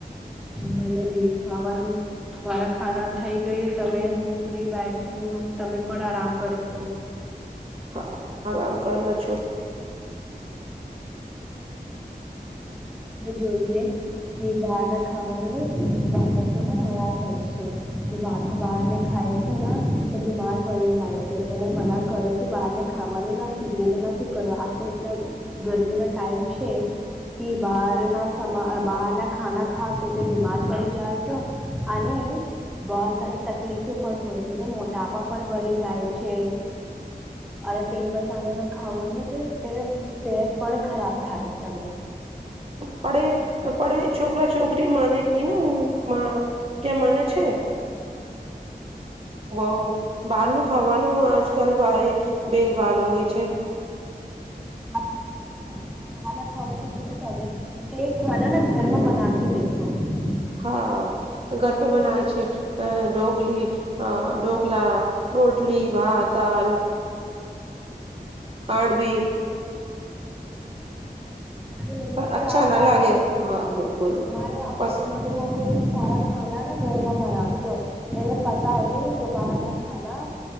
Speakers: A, in the centre; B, on the right.
A: મને ભી ખાવાનું મારા ખાના થઈ ગયું તમે હું ફ્રી બેઠું તમે પણ આરામ કરશો.
B: હા આરામ કર ના છું,
A: અમે જોઈએ, કે બહાર ના ખાવાનું બાળકો ન મ કરશો, તે બહાર કો બહાર ખાાય તો બીમાર પડી જાય છે, તેને મના કરો કે બહારને ખાવાનું નથી વેદ નથી કરવા આ તો એટલા ગરમી ના ટાઈમ છે, બાર બહાર ના ખાના ખા તો તે બીમાર પડી જાય, તો અને બહ સારી તકલીફ પણ હોય છે, તે મોટાપા પણ બળી જાય છે, અને તેલ મસાાલો ના ખાવાનું છે, તે સત પણ ખરાબ થાય તમે
B: પડે પડે છોકરા છોકરી માને ક ના ક્યા માને છે, બહ બારનું ખાવાનું આજકાલ ભેલભાલ હો ગઈ છે,
A: <unintelligible>
B: હા, ઘર પે બનાય છે, અ ઢકલી અ ઢકલા રોટલી ભાત દાલ કાઢવીી
A: મારી મમ્મી
B: પણ
A: ભી
B: અચ્છા
A: આ
B: ના
A: સારા
B: લાગે હા બિલકુલ
A: મા
B: બસ
A: મારી મમ્મી ભી સારા ખા ઘરમાં બનાતો મને પતાતા કે દબારના ખ